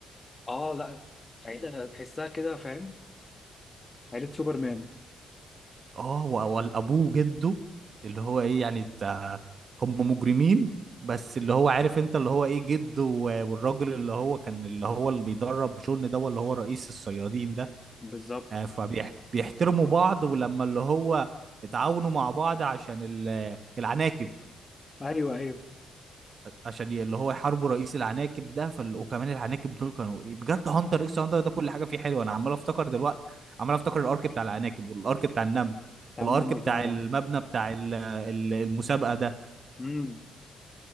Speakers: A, on the left; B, on the right.
A: اه لا عيلة تحسها كده فاهم عيلة سوبرمان
B: اه و- والابوه جده اللي هو ايه يعني بتاع هم مجرمين بس اللي هو عارف انت اللي هو ايه جده و- والراجل اللي هو كان اللي هو اللي بيدرب جون ده اللي هو رئيس الصيادين ده
A: بالظبط
B: آه، فبيحترموا بعض ولما اللي هو اتعاونوا مع بعض عشان ال- العناكب
A: ايوه ايوه
B: عشان ي- اللي هو يحاربوا رئيس العناكب ده فال... وكمان العناكب دول كانوا بجد هانتر اكس هانتر ده كل حاجه فيه حلوه انا عمال افتكر دلوقتي عمال افتكر الارك بتاع العناكب والارك بتاع النمل
A: بتاع
B: والارك
A: النمل
B: بتاع
A: ده
B: المبنى بتاع ال- ال- المسابقه ده
A: امم